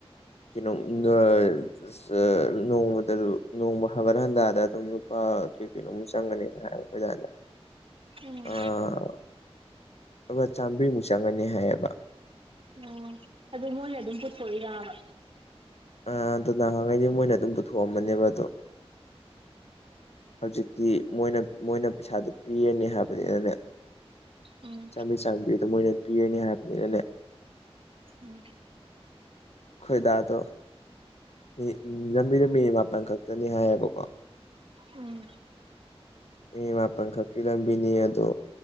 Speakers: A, on the left (about 80°); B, on the right (about 55°).
A: ꯀꯩꯅꯣ <unintelligible> ꯅꯣꯡꯃꯗ ꯅꯣꯡꯃ ꯍꯒꯠ ꯍꯟꯗꯥꯗ ꯑꯗꯨꯝ ꯂꯨꯄꯥ ꯀꯦ ꯀꯂꯣꯝ ꯆꯪꯒꯅꯤ꯫ <unintelligible>
B: ꯎꯝ
A: ꯑꯗꯨꯒ ꯆꯥꯝꯃꯔꯤꯃꯨꯛ ꯆꯪꯉꯅꯤ ꯍꯥꯏꯌꯦꯕ꯫
B: ꯎꯝ ꯑꯗꯨ ꯃꯣꯏꯅ ꯑꯗꯨꯝ ꯄꯨꯊꯣꯛꯏꯔꯑꯕ꯫
A: ꯑ ꯑꯗꯨ ꯅꯍꯪꯉꯩꯗꯤ ꯃꯣꯏꯅ ꯑꯗꯨꯝ ꯄꯨꯊꯣꯛꯑꯝꯝꯕꯅꯦꯕ ꯑꯗꯣ ꯍꯧꯖꯤꯛꯇꯤ ꯃꯣꯏꯅ ꯃꯣꯏꯅ ꯄꯩꯁꯥꯗꯨ ꯄꯤꯔꯅꯤ ꯍꯥꯏꯕꯅꯤꯅꯅꯤ
B: ꯎꯝ
A: ꯆꯥꯝꯔꯤ ꯆꯥꯝꯕꯤꯗꯣ ꯃꯣꯏꯅ ꯄꯤꯔꯅꯤ ꯍꯥꯏꯕꯅꯤꯅꯅꯦ
B: ꯎꯝ
A: ꯈꯣꯏꯗꯥꯗꯣ ꯃꯤ ꯂꯝꯕꯤꯗꯣ ꯃꯤꯅꯤꯠ ꯃꯥꯄꯜ ꯈꯛꯇꯅꯤ ꯍꯥꯏꯌꯦꯕꯀꯣ
B: ꯎꯝ
A: ꯃꯤꯅꯠ ꯃꯥꯄꯜ ꯈꯛꯀꯤ ꯂꯝꯕꯤꯅꯤ ꯑꯗꯣ